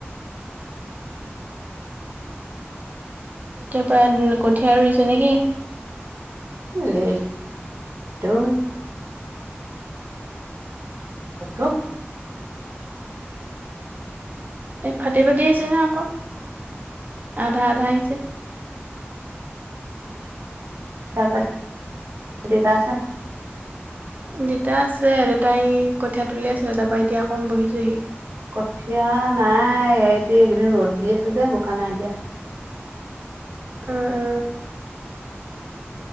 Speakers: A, on the right; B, on the right.
A: তাৰ পৰা কঠীয়া ৰুইছে নেকি
B: <unintelligible> নেট্ৰৱকটো <unintelligible>
A: <inaudible> এই ফাটি ফাটি আহিছে নহয় আকৌ আধা আধা আহিছে
B: তাপা দেতা আছে নাই
A: দেতা আছে দেউতাই কঠিয়া তুলি আছিল তাপা এতিয়া অকণ বহিছে হি
B: কঠীয়া নাই এতি এইকেইদিন ৰ'দ দি আছে যে বোকা নাই এতিয়া
A: উ উ